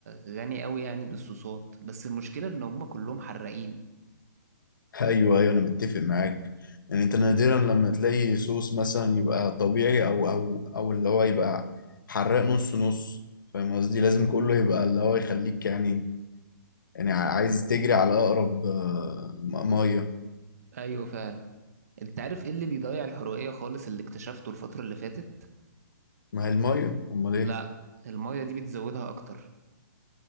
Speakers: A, on the right; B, on the left.
A: غني أوي يعني بالصوصات بس المشكلة إن هما كلهم حراقين
B: ايوه ايوه انا متفق معاك يعني انت نادرا لما تلاقي صوص مثلا يبقى طبيعي او او او اللي هو يبقى حراق نص نص فاهم قصدي لازم كله يبقى اللي هو يخليك يعني يعني عايز تجري على اقرب آه، م- ميه
A: أيوة فعلا أنت عارف إيه اللي بيضيع الحرقية خالص اللي اكتشفته الفترة اللي فاتت؟
B: ما هي الميه امال ايه
A: لأ المية دي بتزودها أكتر